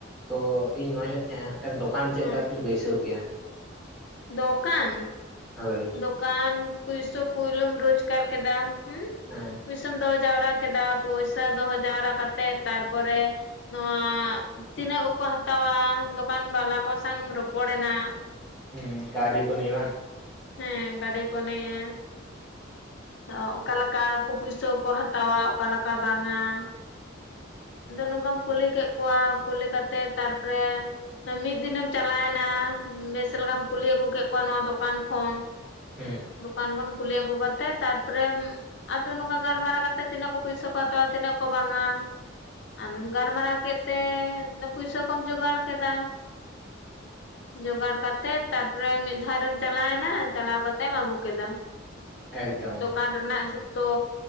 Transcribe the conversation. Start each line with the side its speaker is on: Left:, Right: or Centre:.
Centre: ᱛᱚ ᱤᱧ ᱱᱚᱣᱟᱧ ᱞᱮᱭᱮᱜ ᱛᱟᱦᱮᱜ-ᱟ ᱢᱤᱜ ᱴᱟᱱ ᱫᱚᱠᱟᱱ ᱪᱮᱜ
Left: ᱦᱮᱸ
Centre: ᱞᱮᱠᱟ ᱠᱟᱛᱤᱧ ᱵᱟᱹᱭᱥᱟᱹᱣ ᱠᱮᱭᱟ?
Left: ᱫᱚᱠᱟᱱ ᱾
Centre: ᱦᱳᱭ ᱾
Left: ᱫᱚᱠᱟᱱ ᱯᱩᱭᱥᱟᱹ ᱯᱳᱭᱞᱚᱢ ᱨᱳᱡᱽᱜᱟᱨ ᱠᱮᱫᱟ ᱦᱩᱸ
Centre: ᱦᱮᱸ ᱾
Left: ᱯᱩᱭᱥᱟᱹᱢ ᱫᱚᱦᱚ ᱡᱟᱣᱨᱟ ᱠᱮᱫᱟ ᱯᱚᱭᱥᱟ ᱫᱚᱦᱚ ᱡᱟᱣᱨᱟ ᱠᱟᱛᱮᱫ ᱛᱟᱨᱯᱚᱨᱮ ᱱᱚᱣᱟ ᱛᱤᱱᱟᱹᱜ ᱠᱚᱠᱚ ᱦᱟᱛᱟᱣᱟ ᱫᱚᱠᱟᱱ ᱵᱟᱞᱟ ᱠᱚ ᱥᱟᱝ ᱮᱢ ᱨᱚᱯᱚᱲ ᱮᱱᱟ ᱾
Centre: ᱦᱩᱸ ᱠᱟᱹᱣᱰᱤ ᱠᱚ ᱱᱤᱭᱮ ᱵᱟᱝ?
Left: ᱦᱮᱸ ᱜᱟᱰᱤ ᱠᱚ ᱱᱤᱭᱮ ᱾ ᱚ ᱚᱠᱟ ᱞᱟᱠᱟ ᱠᱚ ᱯᱩᱭᱥᱟᱹ ᱠᱚ ᱦᱟᱛᱟᱣᱟ ᱚᱠᱟ ᱞᱟᱠᱟ ᱵᱟᱝᱟ ᱾ ᱟᱫᱚ ᱱᱚᱝᱠᱟᱢ ᱠᱩᱞᱤ ᱠᱮᱜ ᱠᱚᱣᱟ ᱠᱩᱞᱤ ᱠᱟᱛᱮᱫ ᱛᱟᱨᱯᱚᱨᱮ ᱢᱤᱜ ᱫᱤᱱᱮᱢ ᱪᱟᱞᱟᱣ ᱮᱱᱟ ᱵᱮᱥ ᱞᱮᱠᱟᱢ ᱠᱩᱞᱤ ᱟᱹᱜᱩ ᱠᱮᱜ ᱠᱚᱣᱟ ᱱᱚᱣᱟ ᱫᱚᱠᱟᱱ ᱠᱷᱚᱱ,
Centre: ᱦᱩᱸ
Left: ᱫᱚᱠᱟᱱ ᱠᱷᱚᱱ ᱠᱩᱞᱤ ᱟᱹᱜᱩ ᱠᱟᱛᱮ ᱛᱮ ᱛᱟᱨᱯᱚᱨᱮᱢ ᱟᱫᱚ ᱱᱚᱝᱠᱟ ᱜᱟᱞᱢᱟᱨᱟᱣ ᱠᱟᱛᱮ ᱛᱤᱱᱟᱹᱜ ᱠᱚ ᱯᱟᱹᱭᱥᱟᱹ ᱠᱚ ᱦᱟᱛᱟᱣᱟ ᱛᱤᱱᱟᱹᱜ ᱠᱚ ᱵᱟᱝᱼᱟ ᱾ ᱟᱫᱚᱢ ᱜᱟᱞᱢᱟᱨᱟᱣ ᱠᱮᱫ ᱛᱮ ᱯᱩᱭᱥᱟᱹ ᱠᱚᱢ ᱡᱚᱜᱟᱲ ᱠᱮᱫᱟ ᱡᱚᱜᱟᱲ ᱠᱟᱛᱮᱫ ᱛᱟᱨᱯᱚᱨᱮ ᱢᱤᱫ ᱫᱷᱟᱣᱨᱮᱢ ᱪᱟᱞᱟᱣᱮᱱᱟ ᱪᱟᱞᱟᱣ ᱠᱟᱛᱮᱢ ᱟᱹᱜᱩ ᱠᱮᱫᱟ ᱾
Centre: ᱮᱠᱫᱚᱢ
Left: ᱫᱚᱠᱟᱱ <inaudible> ᱨᱮᱱᱟᱜ ᱡᱷᱚᱛᱚ